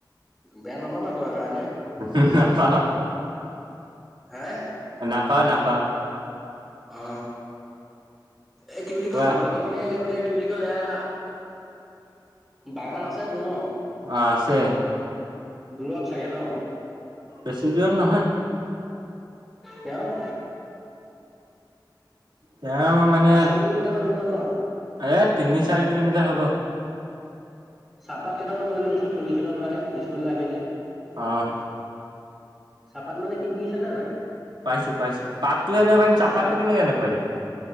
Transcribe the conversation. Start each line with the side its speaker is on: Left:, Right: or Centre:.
Centre: বেয়া নাপাবা কোৱা কাৰণে।
Right: হু হু নাপাওঁ।
Centre: হে?
Right: নাপাওঁ নাপাওঁ
Centre: অ এ কি বুলি
Right: কোৱা
Centre: কয় তোমালোকৰ পিনে বোলে কি বুলি কয় এয়া বাগান আছে তোৰ ন।
Right: অ', আছে।
Centre: দূৰত চাগে ন?
Right: বেছি দূৰত নহয়।
Centre: তেওঁ?
Right: তেওঁ মানে
Centre: পাঁচ ছয় কিলোমিটাৰ মান হ'ব ন?
Right: এ তিনি চাৰি কিলোমিটাৰ হ'ব
Centre: চাহপাত কেইটামান লৈ আনিবাচোন পলুঠিনত ভৰাই স্কুললৈ আহিলে।
Right: আহ।
Centre: চাহপাত মানে কি বুজিছানে নাই?
Right: পাইছো পাইছো পাতটো আনিব পাৰিম
Centre: এই
Right: চাহপাতটো
Centre: চাহ
Right: কেনেকে আনিব পাৰিম?